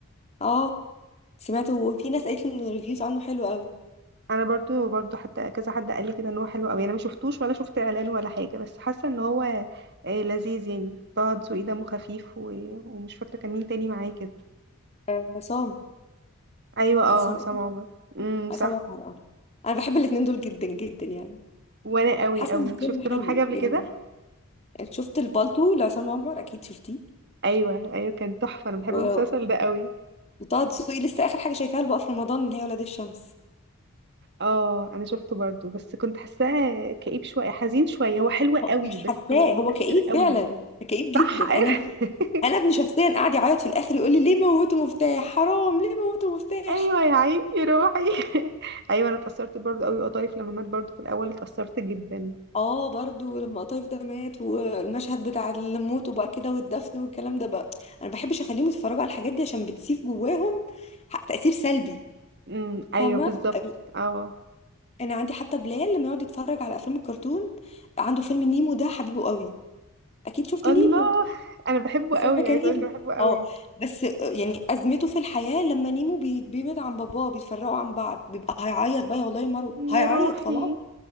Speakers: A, on the left; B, on the right.
A: اه سمعت وفي ناس قالت لي ان الريفيوز عنه حلوه قوي
B: انا برضو برضو حتى كذا حد قال لي كده ان هو حلو قوي انا ما شفتوش ولا شفت اعلان ولا حاجه بس حاسه ان هو إيه لذيذ يعني طه دسوقي دمه خفيف و... ومش فاكره كان مين تاني معاه كده
A: آه، عصام
B: ايوه اه
A: عصام
B: عصام عمر امم
A: عصام
B: صح
A: عمر اه انا بحب الاتنين دول جدا جدا يعني
B: وانا قوي
A: حاسه
B: قوي
A: ان الفيلم
B: شفت
A: حلو
B: لهم حاجه قبل
A: يعني
B: كده
A: شفت البالتو لعصام عمر اكيد شفتيه
B: ايوه ايوه كان تحفه انا بحب
A: و...
B: المسلسل ده قوي
A: وطه دسوقي لسه اخر حاجه شايفاها له بقى في رمضان اللي هي ولاد الشمس
B: اه انا شفته برضو بس كنت حاساه كئيب شويه حزين شويه هو حلو قوي
A: هو- مش
B: بس
A: حاساه هو كئيب
B: قوي
A: فعلا كئيب جدا
B: صح ايوه
A: انا ب...
B: <laughs>
A: انا ابني شخصيا قاعد يعيط في الاخر يقول لي ليه موتوا مفتاح حرام ليه موتوا مفتاح
B: ايوه يا عيني يا روحي <laughs> ايوه انا اتأثرت برضو قوي وقطايف لما مات برضو في الاول اتأثرت جدا
A: اه برضو لما قطايف ده مات والمشهد بتاع الموت وبقى كده والدفن والكلام ده بقى انا بحبش اخليهم يتفرجوا على الحاجات دي عشان بتسيب جواهم ح- تأثير سلبي
B: امم
A: فاهمة
B: ايوه بالظبط
A: ال-
B: اه
A: انا عندي حتى بلال لما يقعد يتفرج على افلام الكرتون عنده فيلم نيمو ده حبيبه قوي اكيد شفتي
B: الله
A: نيمو
B: انا بحبه
A: بس
B: قوي
A: هو كان
B: عايزه
A: نيمو
B: اقولك بحبه قوي
A: اه بس آه، يعني ازمته في الحياه لما نيمو بي- بيبعد عن باباه بيتفرقوا عن بعض بيبقى هيعيط بقى يا والله يا مارو
B: يا
A: هيعيط
B: روحي
A: خلاص